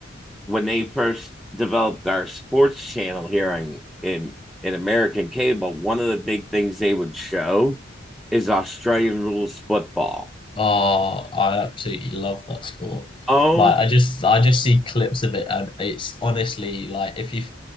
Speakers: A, in the centre; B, on the left (about 25°).
A: when they first developed our sports channel here in in, in American cable, one of the big things they would show is Australian rules football.
B: Oh, I absolutely love that sport.
A: Oh,
B: Like, I just, I just see clips of it, and it's honestly like if you